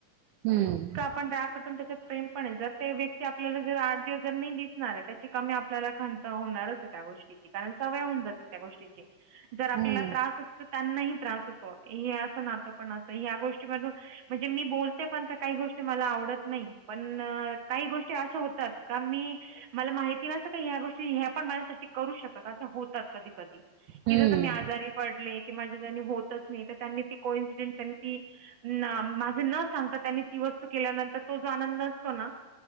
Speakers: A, on the right (about 80°); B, on the right (about 50°).
A: हम्म
B: पण रा कस त्याच्यत प्रेमपणे जर ते व्यक्ती आपल्याला जर आठ दिवस जर नाही दिसणार आहे त्याची कमी आपल्याला खा होणार त्या गोष्टी कारण सवय होऊन जात त्या गोष्टीर आपल्याला
A: हम्म
B: त्र तर त्यांनाही त्रास होतो हे असं नातं पण असं ह्या गोष्टीमधून म्हणजे मी बोलते पण का काही गोष्ट मला आवडत नाही. पण काही गोष्टी अशा होतात का मी मला माहिती नसं का ह्या गोष्टी ह्या पण माझ्यासाठी करू शकत अे होतात कधी कधी
A: हम्म
B: कि जस मी आजारी पडले कि माझ्या ज्यांनी होतच नाही तर त्यांनी ती कोइन्सिडेंट ती ना माझं न सांगता त्यांनी ती वस्तू केल्यानंतर तो जो आनंद असतो णा.